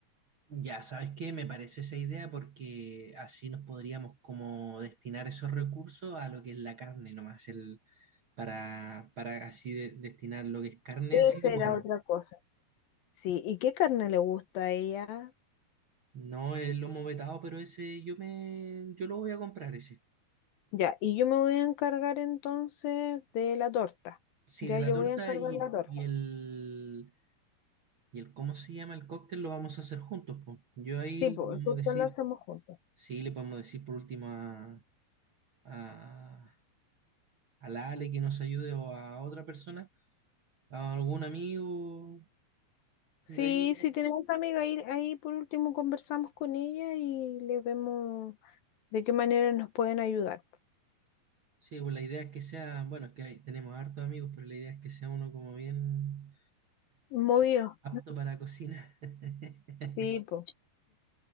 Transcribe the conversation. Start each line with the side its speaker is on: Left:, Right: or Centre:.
Right: Ya, ¿sabes qué? Me parece esa idea porque así nos podríamos como destinar esos recursos a lo que es la carne nomás, el, para, para así de- destinar lo que es carne,
Left: Esa
Right: así que bueno,
Left: era otra cosa. Sí, ¿y qué carne le gusta a ella?
Right: no es lomo vetado, pero ese yo me, yo lo voy a comprar ese.
Left: Ya, y yo me voy a encargar entonces de la torta.
Right: Sí,
Left: Ya
Right: de la
Left: yo
Right: torta
Left: voy a encargar
Right: y,
Left: la torta.
Right: y el, y el, ¿cómo se llama? El cóctel lo vamos a hacer juntos, po. Yo ahí
Left: Sí, pues,
Right: le podemos
Left: entonces
Right: decir,
Left: la hacemos juntos.
Right: sí, le podemos decir por último a, a a la Ale que nos ayude o a otra persona, a algún amigo
Left: Sí,
Right: de ahí.
Left: si tenemos a amiga ahí, ahí por último conversamos con ella y le vemos de qué manera nos pueden ayudar.
Right: Sí, pues la idea es que sea, bueno, es que ahí tenemos hartos amigos, pero la idea es que sea uno como bien
Left: Movido.
Right: apto para cocina. <laughs>
Left: Sí, pues.